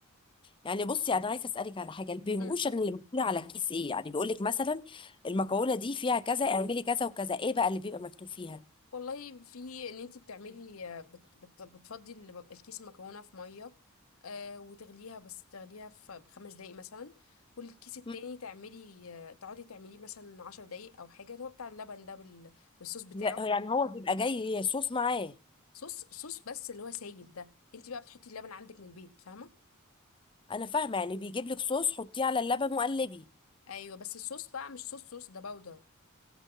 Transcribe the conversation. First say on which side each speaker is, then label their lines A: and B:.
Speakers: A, on the left (about 25°); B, on the left (about 75°).
A: يعني بصي انا عايزه اسالك على حاجه البيهوشن
B: امم
A: اللي بتقول على الكيس ايه يعني بيقول لك مثلا المكونه دي فيها كذا اعملي كذا وكذا ايه بقى اللي بيبقى مكتوب فيها
B: والله في ان انت بتعملي آه، بت بت بتفضي الم- الكيس المكرونه في ميه آه وتغليها بس تغليها في بخمس دقايق مثلا والكيس التاني
A: مم.
B: تعملي آه، تقعدي تعمليه مثلا عشر دقايق او حاجه اللي هو بتاع اللبن ده بال- بالصوص بتاعه
A: لا، يعني هو بيبقى جاي صوص معاه
B: صوص صوص بس اللي هو سايب ده انت بقى بتحطي اللبن عندك من البيت فاهمه
A: انا فاهمه يعني بيجيب لك صوص حطيه على اللبن وقلبي
B: ايوه بس الصوص بقى مش صوص صوص ده باودر